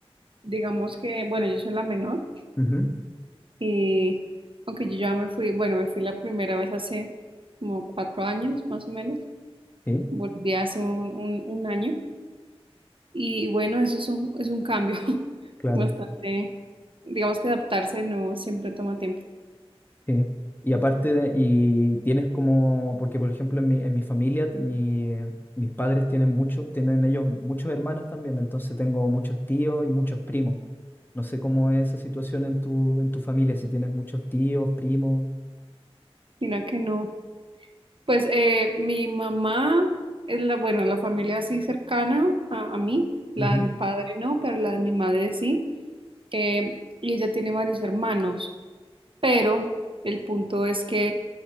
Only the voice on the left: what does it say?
Ujú,
Sí,
claro,
sí. Y aparte, de- y tienes como, porque por ejemplo en mi, en mi familia, mi, eh, mis padres tienen mucho, tienen ellos muchos hermanos también, entonces tengo muchos tíos y muchos primos. No sé cómo es esa situación en tu, en tu familia, si tienes muchos tíos, primos.
Ujú.